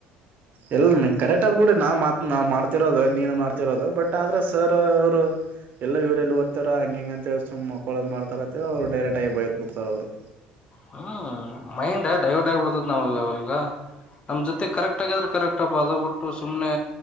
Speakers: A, on the right; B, on the left.
A: ಇಲ್ಲ ಕರೆಕ್ಟ್ ಆದಬಿಡು ನಾವ್ ಮಾತ್ ನಾವ ಮಾಡ್ತಿರೋದು ನೀನು ಮಾಡ್ತಿರೋದು ಬಟ್ ಆದ್ರೆ ಸರ್ ಅವರು. ಇಲ್ಲ ಇವರೆಲ್ಲಿ ಓದ್ತಾರ ಹ ಹೆಂಗ ಅಂತ ಹೇಳ ಮಕ್ಕಳದ್ ಮಾಡ್ತಾರ ಅಂತ ಹೇಳ ಅವರು ಡೈರೆಕ್ಟ್ ಆಗಿ ಬೈದ ಬಿಡ್ತಾರ ಅವ್ರು.
B: ಹ್ಮ್ ಮೈಂಡ್ ಡೈವರ್ಟ್ ಆಗಿಬಿಡ್ತತ್ ನಾವ ಈಗ ನಮ್ ಜೊತೆ ಕರೆಕ್ಟ್ ಆಗಿದ್ರ ಕರೆಕ್ಟ್. ಅದ್ಬಬಿಟ್ಟು ಸುಮ್ಮನೆ